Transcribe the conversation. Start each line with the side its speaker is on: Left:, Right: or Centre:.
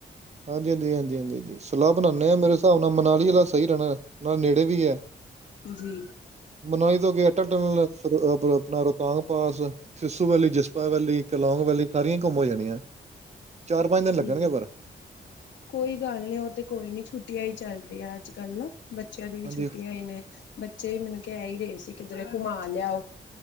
Right: ਹਾਂਜੀ-ਹਾਂਜੀ-ਹਾਂਜੀ-ਹਾਂਜੀ ਹਾਂ ਸਲਾਹ ਬਣਾਦੇ ਆ, ਮੇਰੇ ਹਿਸਾਬ ਨਾਲ ਮਨਾਲੀ ਅਲਾ ਸਹੀ ਰਹਿਣਾ ਨਾਲ ਨੇੜੇ ਵੀ ਹੈ
Left: ਜੀ।
Right: ਮਨੋਈ ਤੋਂ ਗ ਅਟਲ ਟਨਲ ਆਪਣਾ ਰੋਹਤਗਾਸ ਪਾਸ ਸਿਸੂ ਵੈਲੀ ਜਿਸਪਾ ਵੈਲੀ ਕ ਲੋਂਗ ਵੈਲੀ ਸਾਰੀਆਂ ਘੁੰਮ ਹੋ ਜਾਣੀਆਂ। ਚਾਰ ਪੰਜ ਦਿਨ ਲੱਗਣਗੇ
Left: ਹੂੰ
Right: ਪਰ
Left: ਕੋਈ ਗੱਲ ਨੀ, ਉਹ ਤੇ ਕੋਈ ਨੀ ਛੁੱਟੀਆਂ ਹੀ ਚੱਲ ਰਹੀਆਂ ਅੱਜ-ਕੱਲ ਨਾ ਬੱਚਿਆਂ ਦੀ ਵੀ
Right: ਹਾਂਜੀ
Left: ਛੁੱਟੀ ਹੋਈ ਨੇ ਬੱਚੇ ਵੀ ਮੈਨੂੰ ਕਹਿ ਹੀ ਰਹੇ ਸੀ, ਕਿੱਧਰੇ ਘੁਮਾ ਲਿਆ ਉਹ